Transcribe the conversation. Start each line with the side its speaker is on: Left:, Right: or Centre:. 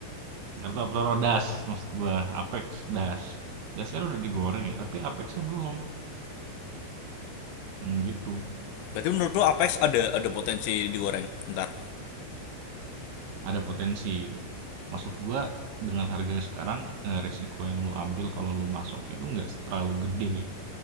Right: ratu Apsoro das maksud gue apex das das kan udah digoreng ya tapi apexnya belum Hmm, gitu
Left: Berarti menurut lu Apex ada ada potensi digoreng. Ntar.
Right: ada potensi maksud gue dengan harga sekarang eh, resiko yang lu ambil kalau lu masuk itu nggak terlalu gede